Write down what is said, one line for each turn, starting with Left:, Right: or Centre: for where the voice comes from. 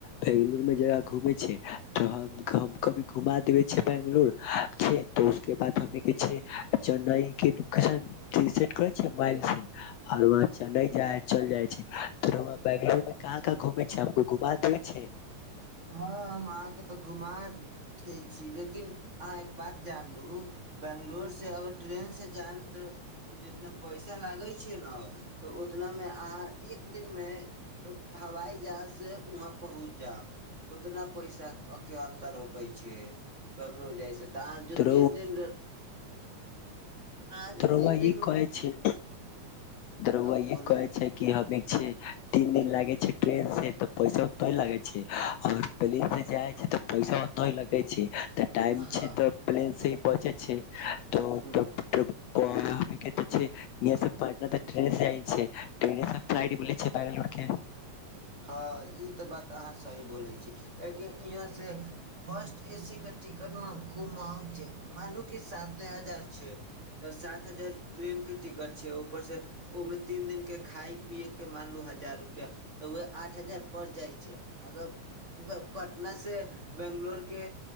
Left: बंगलोर में जगह घूमे छै त कभी घुमा देवे छ बैंगलोर छै तऽ उसके बाद हमे के छै चेन्नई के लोकेशनट करै छै माइल से आर वह चेन्नई चल जाइ छै व बंगलो में कहाँ कहाँ घुमे छै हमको घुमा देे छै
Right: हँ हम अहाँके तऽ घुमा दै छी लेकिन अहाँ एक बात जानलहु बंगलोर से अगर ट्रेन से जायम तऽ ओ जितना पैसा लागै छै ने तऽ उतना मे अहाँ एक दिन मे हवाई जहाज से वहाँ पहुँच जायब उतना पैसाक के अन्तर होकै छै बंगलोर जाइस तऽ अहाँ जे
Left: त
Right: तीन दिन अहाँ जो
Left: तरोब
Right: तीन दिन
Left: ई कहै छै तरु
Right: हँ
Left: ई
Right: बोली
Left: कहै छै कि हम छ तीन दिन लागे छै ट्रेन से ते पैसा उते ह लगे छै। और प्लेन से जाय छै। ते पैसा ओतो लगे छै। तऽ टाइम
Right: हँ
Left: छै। तऽ प्लेन ही बच छै तऽ
Right: ह
Left: तब त त पटना तऽ ट्र्रंगलो के
Right: हँ ई तऽ बात अहाँ सही बोलै छी। काहेकि यहाँ से फर्स्ट ए सी के टिकट ने खूब महग छै। मानलू कि साते हजार छै। तऽ सात हजार ट्रेन के टिकट छै। ऊपर से ओहिमे तीन दिनक के खााय पियए के मानलू हजार रुपआ तऽ उह आठ हजार पड़ जाइ छै। अगर पटना से बंगलोर के